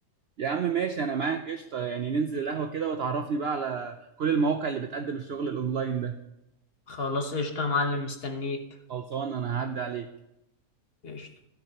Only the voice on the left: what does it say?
خلاص قشطه يا معلم مستنيك
قشطه